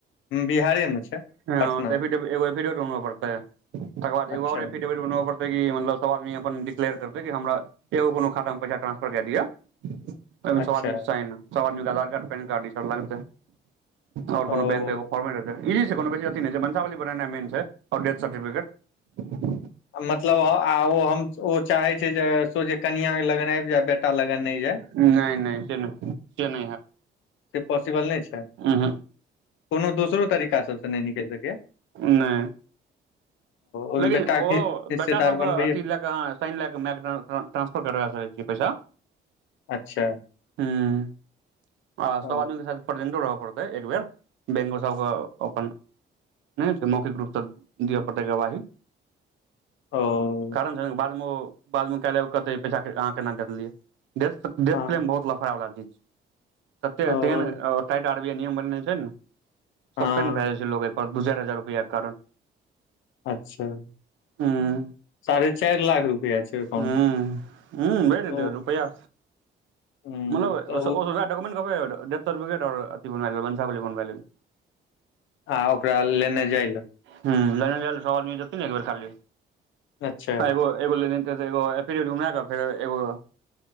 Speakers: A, on the left; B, on the right.
A: बिहारे मे छै
B: हँ
A: पटना
B: तऽ एफिडेविट
A: मे
B: एगो एफिडेविट बनबाई पड़तै तकर बादर एगो
A: अच्छा
B: और एफिडेविट बनबा पड़ते मतलब सब आदमी अपन डिक्लेयर करतै हमरा एगो को खाता मे पैसा ट्रांसफर कए दिय सब
A: अच्छा
B: आदमी के साइन सब आदमी के आधार कार्ड पैन कार्ड लागतै ओर कोनो
A: ओ
B: बैंक क एगो कॉपी देतई इजी छै कोनो बेसी अथी नय छै वंशावली बनना मेन छै डेथ सर्टिफिकेट
A: मतलब <unintelligible> हम ओ चाहे छै जे सोझे कनआ लगन आबि जाय बेटा लगन नय जाय
B: नय नय से नय से नै
A: से पॉसिबल नय छै
B: उहूँ
A: कोनो दोसरो तरीका सबसँ नय निकलि सकैएा
B: नय
A: ओहिमे
B: लेकिन
A: बेटा
B: ओ
A: के हिस्सेदार
B: बेटा सबके
A: बनबैय
B: अथी लए क ह साइन लए क मै ट्रांसफर करबा सकै छी पैसा
A: अच्छा
B: हूँ आ सभ
A: ओ
B: आदमी के साथ प्रेजेंट रहय पड़तै एक बेर बैंक सबके अपन नय होइ छै मौखिक रूप सँ दिअ पड़तै गवाही
A: ओ
B: कारण छ ने बाद मे ओ बाद मे काल्हि क कहताई पैसा अहाँ केना देलियै डेथ
A: हँ
B: क्लेम बहुत लफारा वला चीज छिए तते
A: ओ
B: तेहन टाइट आर बी आई नियम बनेने छै ने
A: हँ
B: सस्पेंड भए जाय छै लोग पर दू चार हजार रुपैआ कारण
A: अच्छा
B: हूं
A: साढ़े चार लाख रुपआ छै एकाउंट
B: हूं
A: मे
B: हूं भेज देतै
A: ओ
B: रुपैआ
A: हूँ
B: मतलब
A: तऽ
B: ओ वहाँ डॉक्यूमेंट डेथ सर्टिफिकेट और वंशावली बनबे लैल
A: आ ओकरा लेने जाइयौ
B: ह ल ल स आदमी जत ने एक बेर खाली
A: अच्छा
B: अ एगो एगो लेने आते त फ ऐ डेबिट बनवा क फेर एगो